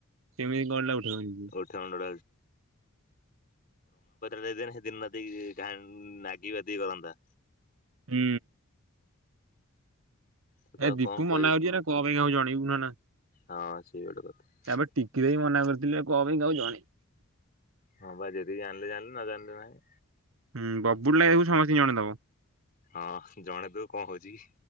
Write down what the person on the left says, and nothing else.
<unintelligible> ରମାବତ ତାକୁ ଦେଇଦେନେ ସେ ଦିନ ରାତି ଗାନ୍ ନାଗିପାତିକି କରନ୍ତା।
ତୁ କାହାକୁ
କଣ କହିବୁ
ହଁ ସେଇ ଗୋଟେ କଥା।
ହଁ ବା ଯଦି ଜାଣିଲେ ଜାଣିଲେ ନ ଜାଣିଲେ ନାହିଁ।
ହଁ ଜଣେଇ ଦଉ କଣ ହଉଛି କି?